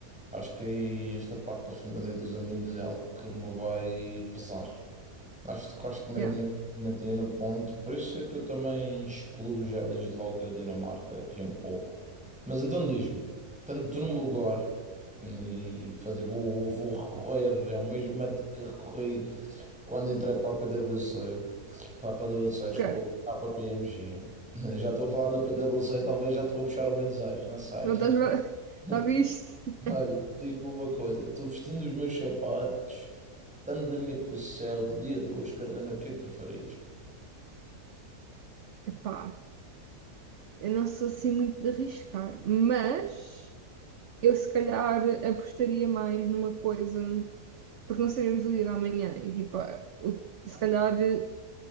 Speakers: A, in the centre; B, on the right.
A: Acho que aí esta parte da família e dos amigos é algo que me vai pesar. Acho que acho que mesmo
B: Yeah.
A: eu comentei no ponto, por isso é que eu também excluo já desde logo a Dinamarca aqui um pouco. Mas então diz-me, tanto num lugar e fazer, vou, vou recorrer é o mesmo método que recorri quando entrei para a P W C, para a P W C desculpa,
B: Ok.
A: para a P P M G. Já estou a falar da P W C, talvez já estou a puxar o meu desejo, não sei.
B: Não estás bem- <laughs>
A: <laughs>
B: Já viste?
A: Olha, diz-me uma coisa, estou vestindo os meus sapatos, tanto na minha posição de dia de hoje, Carolina, o que é que tu farias?
B: Epá, eu não sou assim muito de arriscar, mas eu se calhar apostaria mais numa coisa, porque não sabemos o dia da manhã e tipo, ah, o- se
A: tá?
B: calhar eh,